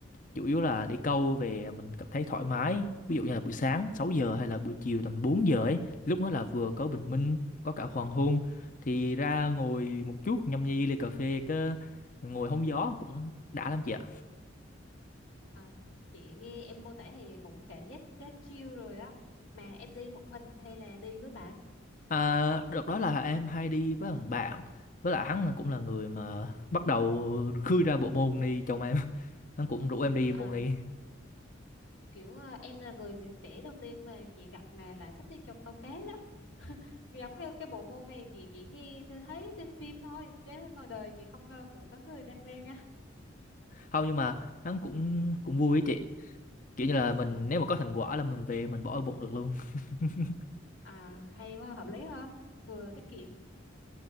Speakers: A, on the left; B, on the left.
A: chủ yếu là đi câu về mình cảm thấy thoải mái ví dụ như là buổi sáng 6 giờ hay là buổi chiều tầm 4 giờ ấy lúc đó là vừa có bình minh có cả hoàng hôn thì ra ngồi một chút nhâm nhi ly cà phê cứ ngồi hóng gió cũng đã lắm chị ạ
B: À, chị nghe em mô tả thì cũng cảm giác cá chiêu rồi á. Mà em đi một mình hay là đi với bạn?
A: À, đợt đó là em hay đi với thằng bạn với lại hắn cũng là người mà bắt đầu khơi ra bộ môn đi chồng em <laughs> hắn cũng rủ em đi
B: À,
A: môn đi
B: kiểu à, em là người trẻ đầu tiên mà chị gặp mà lại thích đi cho câu cá đó. giống như cái bộ môn này chị chỉ nghe tôi thấy trên phim thôi chứ ngoài đời chị không ngờ cũng có người đam mê nha
A: không nhưng mà hắn cũng cũng vui với chị kiểu như là mình
B: à
A: nếu mà có thành quả là mình về mình bỏ ở bụng được luôn <laughs>
B: à hay quá hợp lý ha vừa tiết kiệm